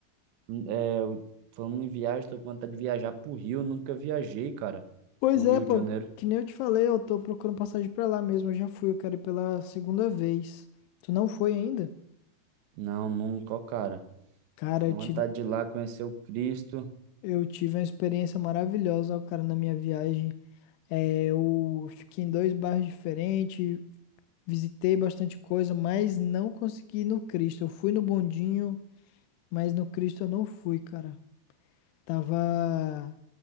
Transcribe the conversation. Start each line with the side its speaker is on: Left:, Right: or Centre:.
Right: Hum, É, eu- falando em viagem, tô com vontade de viajar pro Rio. Nunca viajei, cara.
Left: Pois
Right: Pro
Left: é,
Right: Rio
Left: pô,
Right: de Janeiro.
Left: que nem eu te falei, eu tô procurando passagem pra lá mesmo, eu já fui, eu quero ir pela segunda vez. Tu não foi ainda?
Right: Não, nunca, ó, cara.
Left: Cara,
Right: Tenho
Left: eu tive,
Right: vontade de ir lá conhecer o Cristo.
Left: eu tive uma experiência maravilhosa, ó, cara, na minha viagem. É, eu fiquei em dois bairros diferentes, visitei bastante coisa, mas não consegui ir no Cristo. Eu fui no Bondinho, mas no Cristo eu não fui, cara. Tava,